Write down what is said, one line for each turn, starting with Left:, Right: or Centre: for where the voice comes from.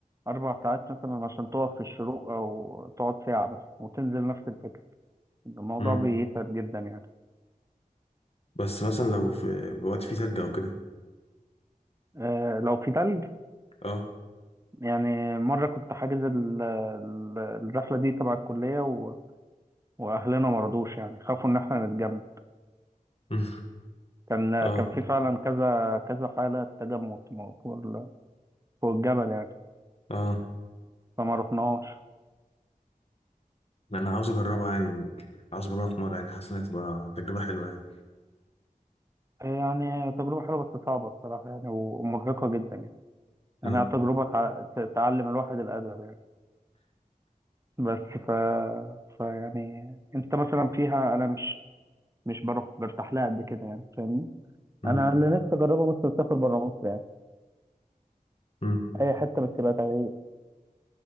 Right: اربع ساعات مثلا عشان تقف في الشروق او تقعد ساعه بس وتنزل نفس الفكره الموضوع
Left: مم.
Right: بيتعب جدا يعني
Left: بس مثلا لو في وقت فيه تلج او كده
Right: آه لو في تلج
Left: اه
Right: يعني مره كنت حاجز ال... ال- الرحله دي تبع الكليه و... واهلنا مرضوش يعني خافوا ان احنا نتجمع
Left: مم.
Right: كان
Left: اه
Right: كان في فعلا كذا كذا حالة تجمد م- فوق ال- فوق الجبل يعني
Left: اه
Right: فما رحناش
Left: انا عاوز اجربها يعني عاوز اجربها في مره يعني حاسس انها تبقى تجربه حلوه يعني
Right: يعني تجربة حلوة بس صعبة الصراحة يعني و- ومرهقة جدا يعني يعني
Left: مم.
Right: هي تجربة تع- ت- تعلم الواحد الأدب يعني بس ف... ف يعني أنت مثلا فيها أنا مش مش بروح برتاح لها قد كده يعني فاهمني
Left: مم.
Right: أنا اللي نفسي أجربه مثلا أسافر بره مصر يعني
Left: مم.
Right: أي حتة بس يبقى تغيير